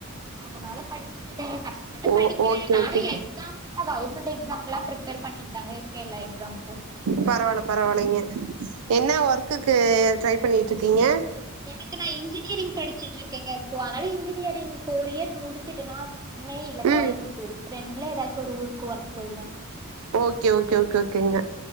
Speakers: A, on the right (about 15°); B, on the right (about 75°).
A: அதனால படிச்சட்டு இருக்கே கஷ்டப்பட்டு
B: ஓ
A: படிக்கிற
B: ஓகே
A: நானு
B: ஓகே
A: எக்ஸாம்க கவர்ன்மெண்ட் எக்ஸாம்கெல்லா பிப்பேர் பண்ணிட்தாங்க இருக்கே எல்ல எக்ஸாம்க்கு
B: பரவால்ல பரவாயலைங்க என்ன ஒர்க்குக்கு ட்ரை பண்ணிட்டு இருக்கீங்க
A: எனக்கு நா இன்ஜினியரிங் படிச்சிட்டு இருக்கேங்க சோ அதனால இன்ஜினியரிங் போர் இயர்ஸ் முடிச்சுட்டனா சென்னை இல்ல
B: ம்
A: கோயம்புத்தூர் ரெண்டுல ஏதாச்சு ஒரு ஊருக்கு ஒர்க் போயிருவே
B: ஓகே ஓகே ஓகே ஓகேங்க